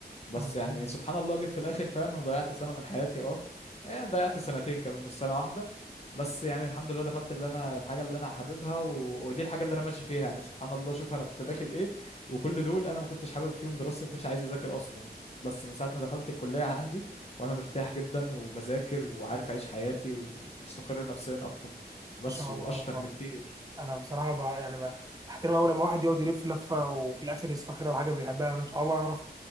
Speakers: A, on the left; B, on the right.
A: بس
B: مظبوط
A: يعني سبحان الله جيت في الاخر فاهم انا ضيعت سنه من حياتي اه إيه، ضيعت سنتين كمان مش سنه واحده بس يعني الحمد لله دخلت اللي انا الحاجه اللي انا حاببها و... ودي الحاجه اللي انا ماشي فيها يعني سبحان الله شوف انا كنت داخل ايه وكل دول انا ما كنتش حابب فيهم دراستي ما كنتش عايز اذاكر اصلا بس من ساعه ما دخلت الكليه عندي وانا مرتاح جدا وبذاكر وعارف اعيش حياتي ومستقر نفسيا اكتر بس
B: ما شاء
A: واشطر
B: الله
A: بكتير
B: انا بصراحه بقى يعني بقى بحترم اول لما واحد يقعد يلف لفه وفي الاخر يستخير على حاجه بيحبها انا مش عارف اعرف